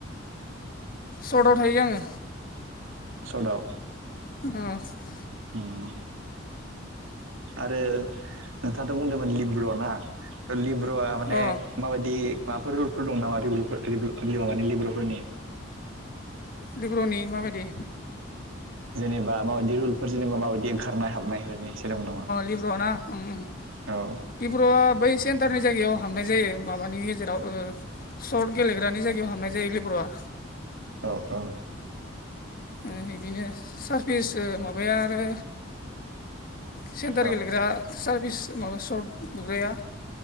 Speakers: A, on the left (about 45°); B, on the right (about 80°).
A: सर्टआव थायो आङो।
B: सदाव
A: <unintelligible>
B: उम आरो नोंथाङाथ' बुंदोंमोन लिब्र' ना थ' लिब्र'आ माने
A: अ
B: माबायदि माफोर रुलफोर दं नामा <unintelligible> माबानि लेब्र'फोरनि
A: लेब्र'नि माबायदि
B: जेनेबा माबायदि रुलफोर जेनेबा माबायदि ओंखारनाय हाबनाय ओरैनो एसे दं नामा
A: लिब्र'आ ना उम
B: औ
A: लिब्र'आ बै सेन्टारनि जायगायाव हाबनाय जायो माबानि गेजेराव ओ सर्ट गेलेग्रानि जायगायाव हाबनाय जायो लिब्र'आ।
B: औ औ
A: ओ इदिनो सारफिस ओ माबाया आरो सेन्टार
B: औ
A: गेलेग्रा सारभिस माबा सर्ट बुग्राया